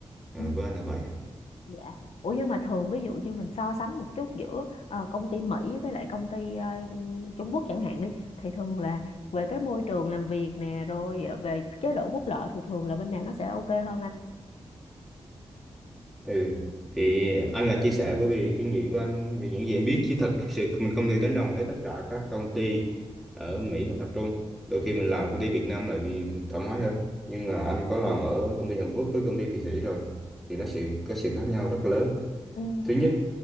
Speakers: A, in the centre; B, on the left.
A: à,
B: ừm.
A: với anh là vậy
B: Dạ. Ủa nhưng mà thường ví dụ như mình so sánh một chút giữa ờ, công ty Mỹ với lại công ty ờ, Trung Quốc chẳng hạn đi thì thường là về cái môi trường làm việc nè rồi ờ, về chế độ phúc lợi thì thường là bên nào nó sẽ ok hơn anh?
A: Ừ. Thì anh là chia sẻ bởi vì kinh nghiệm của anh vì những gì anh biết chứ thật sự mình không thể đánh đồng hết tất cả các công ty ở Mỹ hoặc Trung đôi khi mình làm công ty Việt Nam lại vì thoải mái hơn nhưng mà anh có làm
B: Ừ.
A: ở công ty Hàn Quốc với công ty Thụy Sĩ rồi thì nó sự có sự khác nhau rất lớn
B: Ừ.
A: thứ nhất